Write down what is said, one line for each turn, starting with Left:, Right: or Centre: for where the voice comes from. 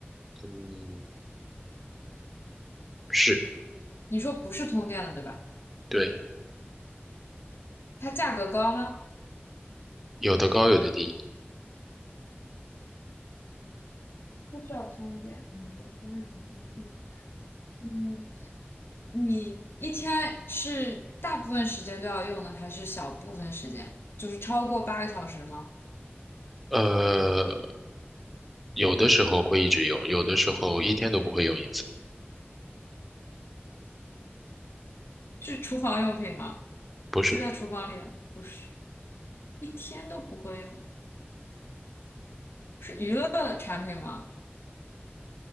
Centre: 嗯，是，
Left: 你说不是通电的对吧？
Centre: 对，
Left: 它价格高吗？
Centre: 有的高有的低。
Left: 不需要通电，嗯，对那你可以听嗯，你一天是大部分时间都要用的，还是小部分时间？就是超过八个小时吗？
Centre: 呃，有的时候会一直用，有的时候一天都不会用一次。
Left: 是厨房用品吗？
Centre: 不是
Left: 是在厨房里的？不是，一天都不会用。是娱乐的产品吗？